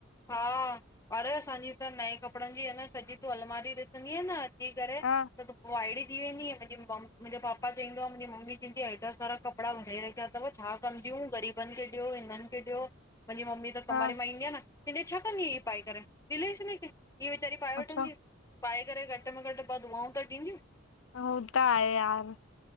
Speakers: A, on the left; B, on the left.
A: हा, अरे असांजी त नए कपिड़नि जी अ न सॼी तूं अलमारी ॾिसंदीअ न ॾिसी करे
B: ह
A: त तू उोइहिड़ी वेंदी मुंहिंजी ममी मुंहिंज वाइडी वाईडी थी वेंदिय मुहिंजो पापा चईंदा, मुंहिंजी मम्मी चईदी आ ऐॾा सारा कपिड़ा भरे रखिया तव छा कंदियूं ग़रीबनि खे ॾेियो, हिननि खे ॾियो। मुंहिंजी मम्मी त
B: ह
A: कम वारी मांई ईंदी आ न, चईंदी आ छा कंदी पाए करे ॾेस हिन खे। हिअं वेचारी पाए
B: अच्छा
A: वठंदीयू पाए करे घट में घट ॿ दुआऊं त ॾींदियूं।
B: हुत आहे यार।